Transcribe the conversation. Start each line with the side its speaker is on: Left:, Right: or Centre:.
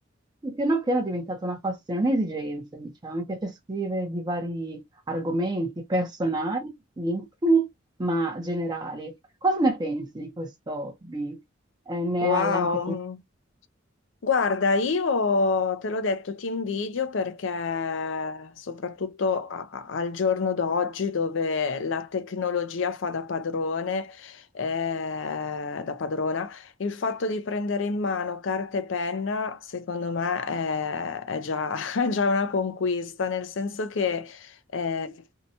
Right: piano piano è diventata una passione, un'esigenza, diciamo. Mi piace scrivere di vari argomenti personali, intimi, ma generali. Cosa ne pensi di questo hobby? Eh, ne
Left: Wow.
Right: hai anche tu?
Left: Guarda, io te l'ho detto, ti invidio perché soprattutto a- a- al giorno d'oggi dove la tecnologia fa da padrone, eh, da padrona, il fatto di prendere in mano carta e penna, secondo me, è, è già, <laughs> è già una conquista, nel senso che eh,